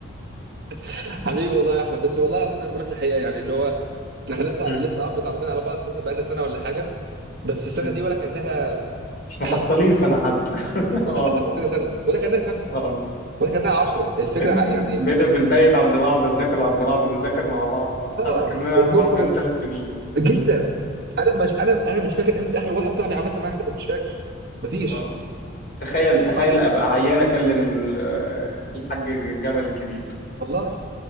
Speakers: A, on the right; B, on the left.
A: <laughs> حبيبي والله يا احمد بس والله العظيم انا بقول لك الحقيقه يعني اللي هو احنا لسه
B: امم
A: لسه عم متعرفين على بعض مثلا بقالنا سنه ولا حاجه بس السنه
B: امم
A: دي ولا كانها
B: مش محصلين
A: خمسه
B: سنة حتى <laughs>
A: ولا
B: اه
A: حتى
B: والله
A: 50
B: العظيم
A: سنه ولا كانها خمسه
B: اه والله
A: وانا كان معايا 10 الفكره
B: <laughs>
A: ع- يعني
B: بقينا بنبيت عند بعض وبناكل عند بعض وبنذاكر مع بعض مسخرة
A: اه
B: كنا نعرف
A: وبنخرج
B: بعض بقالنا ثلاث سنين
A: جدا انا مش انا انا مش فاكر امتى اخر واحد صاحبي عملت معاه كده مش فاكر مفيش
B: اه تخيل تخيل
A: طلع عليه
B: ابقى عيان اكلم ال- الحاج جمل الكبير
A: والله